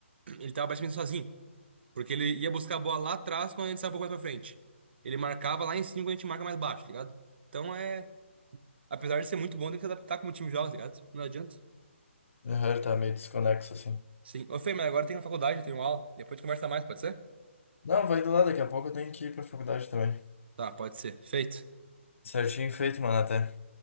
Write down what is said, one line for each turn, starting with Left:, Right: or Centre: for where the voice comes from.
Right: ele tava basicamente sozinho. Porque ele ia buscar a bola lá atrás quando a gente saiu um pouco mais pra frente. Ele marcava lá em cima quando a gente marca mais baixo, tá ligado? Então é. Apesar de ser muito bom, tem que se adaptar como o time joga, tá ligado? Não adianta.
Left: Aham, ele tá meio desconexo, assim.
Right: Sim. Ô, Fê, mas agora tem na faculdade, eu tenho aula. Depois a gente conversa mais, pode ser?
Left: Não, vai do lado, daqui a pouco eu tenho que ir pra faculdade também.
Right: Tá, pode ser. Feito.
Left: Certinho feito, mano, até.